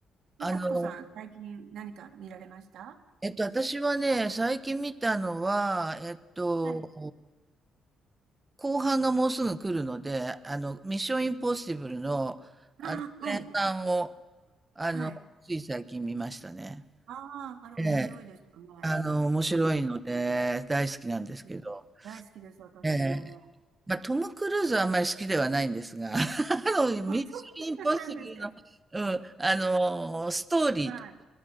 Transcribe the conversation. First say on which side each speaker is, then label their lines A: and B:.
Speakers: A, on the right; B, on the right.
A: あの、
B: で、さこさん、最近何か見られました
A: えっと、私はね、最近見たのは、えっと、
B: はい。
A: 後半がもうすぐ来るので、あの、ミッションインポッシブルの、
B: あはい。
A: あの、前半を、あの、
B: はい。
A: つい最近見ましたね。
B: ああ、あれ面白いですよね。
A: ええ、あの、面白いので、
B: うん
A: 大好きなんですけど、
B: うん大好きです、私も。
A: ええ、まあ、トム・クルーズはあんまり好きではないんですが、<laughs> あの、ミッションインポッシブルの、
B: あ、そうだったんですか。
A: うん、あの、ストーリー、
B: はい。